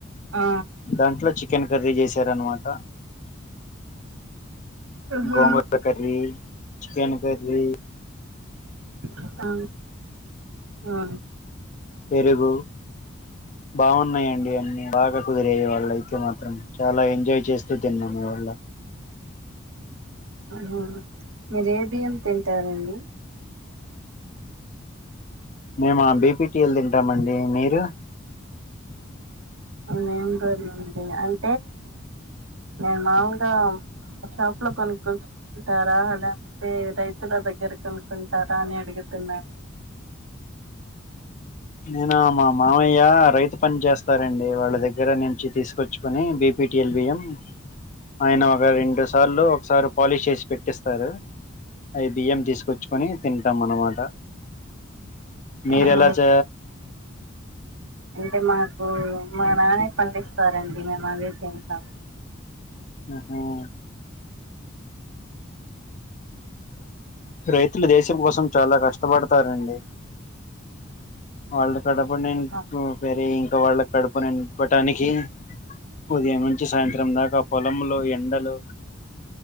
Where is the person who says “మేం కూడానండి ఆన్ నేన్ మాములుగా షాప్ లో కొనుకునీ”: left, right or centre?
Right